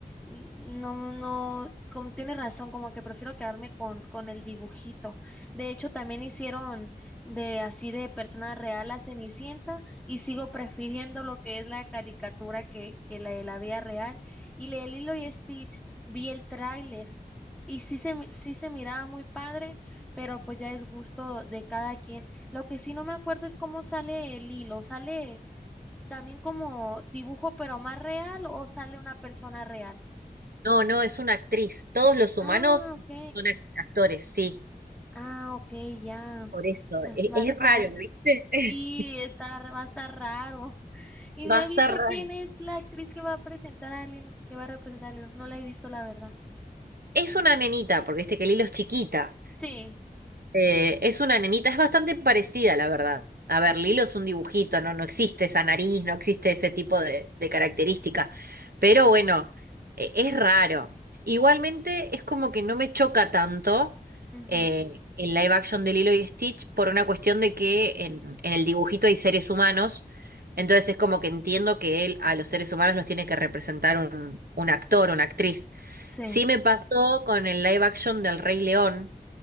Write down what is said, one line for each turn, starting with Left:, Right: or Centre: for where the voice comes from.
Centre: mm, no, no, como tiene razón, como que prefiero quedarme con, con el dibujito. De hecho, también hicieron de así de persona real a Cenicienta y sigo prefiriendo lo que es la caricatura que, que la de la vida real. Y la de Lilo y Stitch, vi el tráiler y sí se, mi- sí se miraba muy padre, pero pues ya es gusto de cada quien. Lo que sí no me acuerdo es cómo sale el hilo. ¿Sale también como dibujo pero más real o sale una persona real?
Right: No, no, es una actriz. Todos los humanos
Centre: Ah, ok.
Right: son ac- actores, sí.
Centre: Ah, ok, ya.
Right: Por eso,
Centre: Ra-
Right: e-
Centre: Va
Right: es,
Centre: a estar,
Right: raro, ¿viste? <laughs>
Centre: sí, está, va a estar raro. <laughs> Y no
Right: Va
Centre: he
Right: a estar
Centre: visto
Right: raro.
Centre: quién es la actriz que va a presentar al hilo, que va a representar al hilo. No la he visto, la verdad.
Right: Es una nenita, porque este que Lilo es chiquita.
Centre: Sí,
Right: Eh, es una nenita, es bastante parecida, la verdad. A ver, Lilo es un dibujito, no, no existe esa nariz, no existe ese tipo de, de característica. Pero bueno, e- es raro. Igualmente es como que no me choca tanto
Centre: ujú,
Right: eh, el live action de Lilo y Stitch por una cuestión de que en, en el dibujito hay seres humanos. Entonces es como que entiendo que él a los seres humanos los tiene que representar un, un actor, una actriz.
Centre: sí.
Right: Sí me pasó con el live action del Rey León